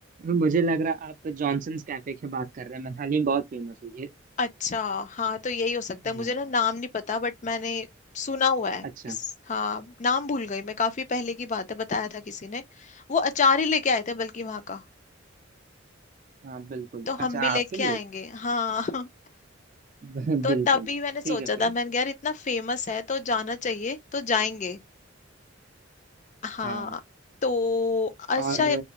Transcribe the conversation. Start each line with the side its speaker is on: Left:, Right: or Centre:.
Right: मुझे लग रहा आप जॉनसन्स कैफे की बात कर रहे हैं मैथाली में बहुत फेमस है ये
Left: अच्छा हाँ तो यही हो सकता
Right: हाँ,
Left: है मुझे ना नाम नहीं पता बट मैंने सुना हुआ है
Right: अच्छा
Left: किस हाँ नाम भूल गई मैं काफी पहले की बात है बताया था किसी ने वो अचार ही लेके आए थे बल्कि वहां का
Right: हाँ बिल्कुल
Left: तो हम
Right: अच्छा
Left: भी
Right: आपके
Left: लेके
Right: लिए
Left: आएंगे हाँ <laughs>
Right: <laughs>
Left: तो
Right: बिल्कुल
Left: तभी
Right: ठीक
Left: मैंने सोचा
Right: है फिर
Left: था मैंने कहा, यार इतना फेमस है तो जाना चाहिए तो जाएंगे हाँ
Right: हाँ
Left: तो अच्छा
Right: और